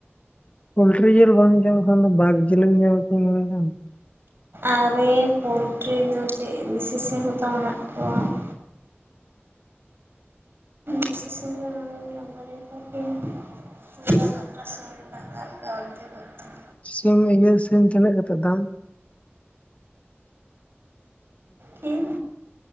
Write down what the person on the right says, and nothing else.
ᱟᱹᱣᱨᱤ ᱯᱳᱞᱴᱨᱤ ᱫᱚ ᱪᱮᱫ ᱫᱮᱥᱤ ᱥᱤᱢ ᱦᱚᱸᱛᱚ ᱢᱮᱱᱟᱜ ᱠᱚᱣᱟ ᱾ ᱫᱮᱥᱤ ᱥᱤᱢ ᱜᱮ <unintelligible> ᱦᱮᱸ ᱱᱟᱠᱦᱟ ᱥᱮᱱ ᱨᱮᱱᱟᱜ ᱠᱟᱱ ᱫᱚ ᱚᱫᱦᱮᱠ ᱠᱚᱛᱮ ᱾
ᱥᱤᱢ